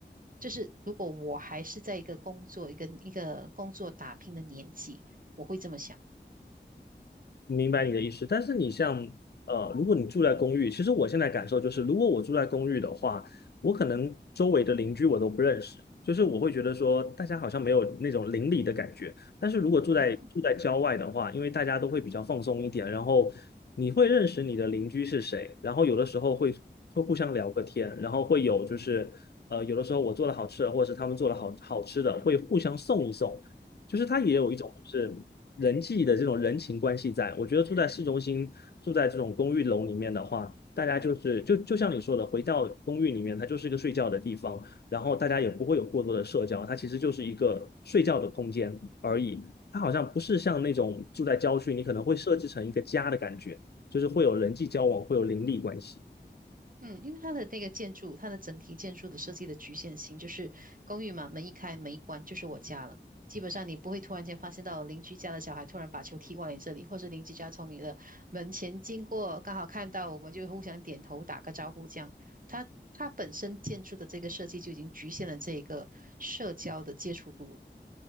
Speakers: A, on the right (about 50°); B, on the left (about 60°).
A: 就是如果我还是在一个工作、一个一个工作打拼的年纪，我会这么想。
B: 明白你的意思，但是你像呃，如果你住在公寓，其实我现在感受就是，如果我住在公寓的话，我可能周围的邻居我都不认识，就是我会觉得说大家好像没有那种邻里的感觉。但是如果住在住在郊外的话，
A: 嗯哼。
B: 因为大家都会比较放松一点，然后你会认识你的邻居是谁，然后有的时候会会互相聊个天，然后会有就是呃，有的时候我做了好吃的，或者是他们做了好好吃的，会互相送一送。就是它也有一种就是人际的这种人情关系在。我觉得住在市中心，住在这种公寓楼里面的话，大家就是就就像你说的，回到公寓里面，它就是一个睡觉的地方，然后大家也不会有过多的社交，它其实就是一个睡觉的空间而已。它好像不是像那种住在郊区，你可能会设置成一个家的感觉，就是会有人际交往，会有邻里关系。
A: 嗯，因为它的那个建筑，它的整体建筑的设计的局限性，就是公寓嘛，门一开门一关就是我家了。基本上你不会突然间发现到邻居家的小孩突然把球踢过来你这里，或是邻居家从你的门前经过，刚好看到我们就互相点头打个招呼这样。它它本身建筑的这个设计就已经局限了这个社交的接触度了。